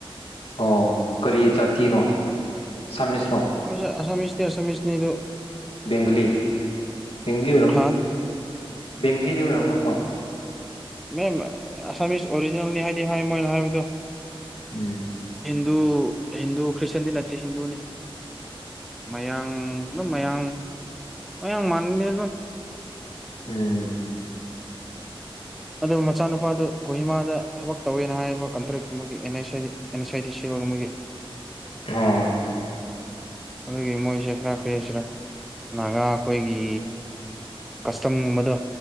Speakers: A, on the left (about 75°); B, in the centre.
A: ꯑꯣ ꯀꯔꯤ ꯆꯥꯇꯤꯔꯣꯃꯤꯁ
B: ꯃꯣꯏꯁ ꯑꯁꯥꯁꯅꯦ ꯑꯁꯥꯝꯁ ꯅꯗꯣ
A: ꯕꯦꯡꯒꯂꯤ ꯕꯦꯡꯒꯂꯤ ꯑꯣꯏꯔꯝꯃꯣ
B: ꯍꯥ
A: ꯕꯦꯡꯒꯂꯤꯗꯤ ꯑꯣꯏꯔꯝꯃꯣꯏꯀꯣ
B: ꯃꯦ ꯑꯁꯥꯝꯖ ꯑꯣꯔꯤꯖꯤꯅꯦꯜꯅꯤ ꯍꯥꯏꯗꯤ ꯍꯥꯏ ꯃꯣꯏ ꯅꯍꯥꯏꯗꯣ
A: ꯎꯝ
B: ꯍꯤꯟ ꯍꯤꯟꯗꯨ ꯈ꯭ꯔꯤꯁꯇꯟꯗꯤ ꯅꯠꯇ ꯍꯤꯟꯅꯤ ꯃꯌꯥꯡꯗꯝ ꯃꯌꯥꯡ ꯃꯌꯥꯡ ꯃꯥꯟꯅꯅꯤ ꯑꯗꯨꯝ
A: ꯎꯝ
B: ꯑꯗꯨ ꯃꯆꯥꯅꯨꯄꯥꯗꯨ ꯒꯣꯍꯤꯃꯥꯗ ꯊꯕꯛ ꯇꯧꯋꯦꯅ ꯍꯥꯏꯕ ꯀꯟꯇ꯭ꯔꯦꯛꯒꯤ and S and S I D ꯁꯤ ꯑꯃꯒꯤꯒꯦ
A: ꯑ
B: ꯑꯗꯨꯒꯤ ꯃꯣꯏꯁꯦ ꯈꯔ ꯀ꯭ꯔꯦꯁꯤꯔ ꯅꯥꯒꯥ ꯑꯩꯈꯣꯏꯒꯤ ꯀꯁꯇꯝꯒꯨꯝꯕꯗ